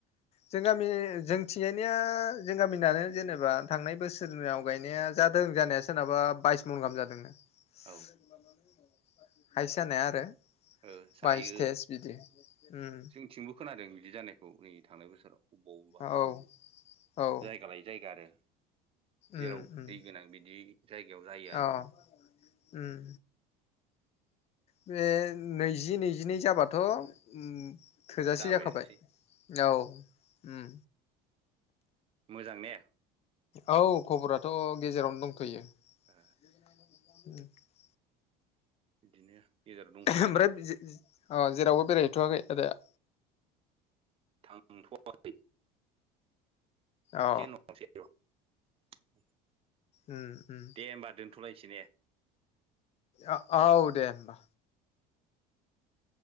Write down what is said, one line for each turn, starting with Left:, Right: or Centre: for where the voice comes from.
Left: जों गामि जों थिंजायनिया जों गामिनानो जेनेबा थांनाय बोसोराव गायनाया जादों जानाया सोरनाबा बायस मन गाहाम जादोंनो। <unintelligible>
Right: औ
Left: हायस जानाया आरो।
Right: ओ जायो
Left: बाइस तेइस बिदि उम
Right: जोंनिथिंबो खोनादों बिदि जानायखौ नै थांनाय बोसोराव बबावबा
Left: औ औ
Right: जायगा लायै जायगा आरो। जेराव
Left: उम उम
Right: दै गोनां बिदि जायगायाव जायो आरो।
Left: अ उम बे नैजि नैजिनै जाबाथ' ओम थोजासे
Right: जाबायानोसै
Left: जाखाबाय औ ‌। उम।
Right: मोजां ने?
Left: औ खबराथ' गेजेरावनो दंथ'यो।
Right: ओ
Left: <inaudible> <inaudible>
Right: बिदिनो गेजेराव दंथ'यो
Left: ओमफ्राय
Right: आंनाबो ‌।
Left: अ जेरावबो बेरायहैथ'वाखै आदाया?
Right: थांथ'वाखै। <unintelligible>
Left: अ
Right: <unintelligible>
Left: उम उम
Right: दे ओमबा दोनथ'लाय सि ने?
Left: ओ औ दे होनबा